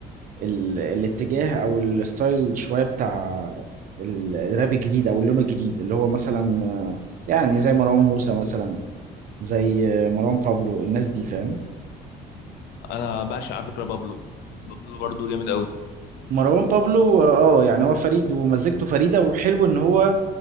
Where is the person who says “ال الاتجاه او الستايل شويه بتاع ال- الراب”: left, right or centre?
Right